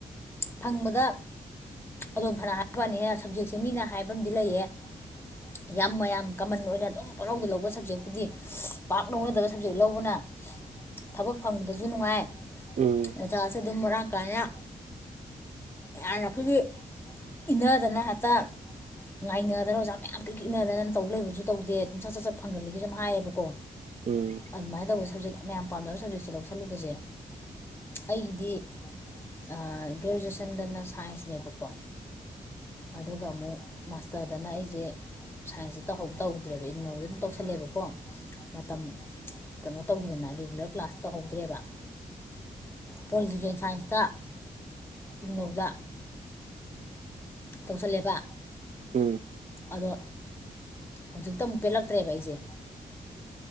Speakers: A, on the left (about 15°); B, on the right (about 55°).
A: ꯐꯪꯕꯗ ꯑꯗꯨꯝ ꯐꯅ ꯍꯥꯏꯕ ꯋꯥꯅꯤꯍꯦ ꯁꯞꯖꯦꯛꯁꯦ ꯃꯤꯅ ꯍꯥꯏꯕ ꯑꯃꯗꯤ ꯂꯩꯌꯦ <inaudible> ꯌꯥꯝ ꯃꯌꯥꯝ ꯀꯃꯟ ꯑꯣꯏꯅ ꯑꯗꯨꯝ ꯄꯔꯧꯗ ꯂꯧꯕ ꯁꯞꯖꯦꯛꯄꯨꯗꯤ ꯄꯥꯛ ꯂꯧꯅꯗꯕ ꯁꯞꯖꯦꯛ ꯂꯧꯕꯅ ꯊꯕꯛ ꯐꯪꯕꯗꯁꯨ ꯅꯨꯡꯉꯥꯏ
B: ꯎꯝ
A: ꯑꯣꯖꯥꯁꯨ ꯑꯗꯨꯝ ꯃꯔꯥꯡ ꯀꯥꯏꯅ ꯌꯥꯝꯅ ꯑꯩꯈꯣꯏꯒꯤ ꯏꯟꯅꯗꯅ ꯍꯦꯛꯇ ꯉꯥꯏꯅꯗꯅ ꯑꯣꯖꯥ ꯃꯌꯥꯝ ꯀ꯭ꯔꯤꯛ ꯀ꯭ꯔꯤꯛ ꯏꯟꯅꯗꯅ ꯇꯧ ꯂꯩꯕꯖꯨ ꯇꯧꯗꯦ ꯑꯗꯨꯝ ꯁꯠ ꯆꯠ ꯆꯠ ꯐꯪꯒꯜꯂꯤꯒꯁꯨ ꯑꯗꯨꯝ ꯍꯥꯏꯌꯦꯕꯀꯣ
B: ꯎꯝ
A: ꯑꯗꯨꯃꯥꯏꯅ ꯇꯧꯕ ꯁꯞꯖꯦꯛ ꯃꯌꯥꯝ ꯄꯥꯝꯅꯕ ꯁꯞꯖꯦꯛꯁꯦ ꯂꯧꯁꯜꯂꯨꯕꯁꯦ ꯑꯩꯒꯤꯗꯤ ꯑ ꯒ꯭ꯔꯦꯖꯨꯋꯦꯁꯟꯗꯅ ꯁꯥꯏꯟꯁꯅꯦꯕꯀꯣ ꯑꯗꯨꯒ ꯑꯃꯨꯛ ꯃꯥꯁꯇꯔꯗꯅ ꯑꯩꯖꯦ ꯁꯥꯏꯟꯁꯇ ꯇꯧꯍꯧ ꯇꯧꯗ꯭ꯔꯦꯕ ꯏꯒꯅꯩꯗ ꯑꯗꯨꯝ ꯇꯧꯁꯜꯂꯦꯕꯀꯣ ꯃꯇꯝ ꯀꯩꯅꯣ ꯇꯧꯒꯤꯗꯅ ꯔꯤꯒꯨꯂꯔ ꯀ꯭ꯂꯥꯁ ꯇꯧꯍꯧꯗ꯭ꯔꯦꯕ ꯄꯣꯂꯤꯇꯤꯀꯦꯜ ꯁꯥꯏꯟꯁꯇ ꯏꯒꯅꯧꯗ ꯇꯧꯁꯜꯂꯦꯕꯥ
B: ꯎꯝ
A: ꯑꯗꯣ ꯍꯧꯖꯤꯛꯇ ꯑꯃꯨꯛ ꯄꯦꯜꯂꯛꯇ꯭ꯔꯦꯕ ꯑꯩꯖꯦ